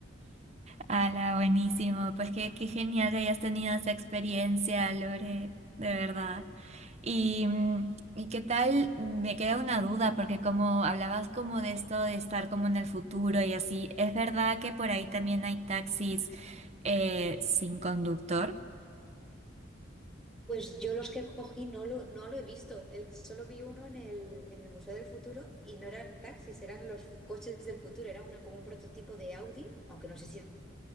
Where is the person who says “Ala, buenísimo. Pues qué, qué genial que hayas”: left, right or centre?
Right